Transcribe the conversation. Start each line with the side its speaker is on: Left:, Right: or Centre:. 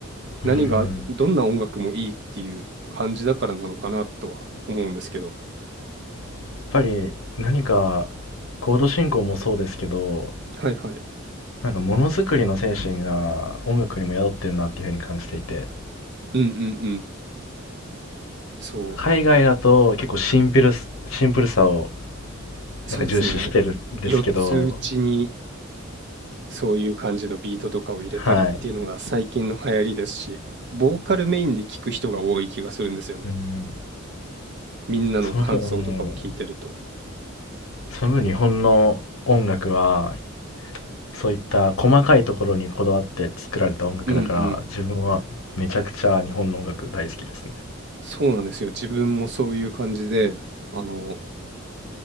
Right: 何が、
Left: うん。
Right: どんな音楽もいいっていう感じだからなのかなとは思うんですけど。
Left: やっぱり何か、コード進行もそうですけど、
Right: はいはい。
Left: なんかものづくりの精神が音楽にも宿ってるなっていうふうに感じていて、
Right: うんうんうん。そ
Left: 海外だと結構シンプルスシンプルさを
Right: う。そうですね。
Left: なんか重視してるんですけど、
Right: 4つうちにそういう感じのビートとかを入れたりっていうのが最近の流行りですし、
Left: はい。
Right: ボーカルメインで聞く人が多い気がするんですよね。
Left: うん。
Right: みんなの感想とかを聞いてると。
Left: その分ね、その分日本の音楽は、そういった細かいところにこだわって作られた音楽だから、
Right: うんうん。
Left: 自分はめちゃくちゃ日本の音楽大好きですね。
Right: そうなんですよ。自分もそういう感じで、あの、